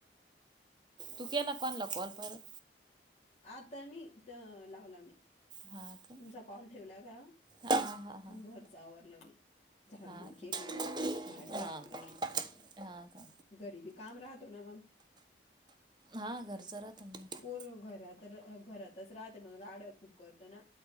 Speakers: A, on the right; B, on the left.
A: तू केला कोनला कॉल परत
B: आ तर नाही लावला मी
A: हा का
B: तुमचा कॉल ठेवला का
A: हा हा हा हा
B: मग घरच आवरलं मी झाडझूड
A: हा
B: केली
A: का
B: भांडे
A: हा
B: घासले
A: का हा का
B: गरीबी काम राहतो ना मग
A: हा घरचं राहत ना
B: पर घरात घरातच राहते मग राड खूप करतं ना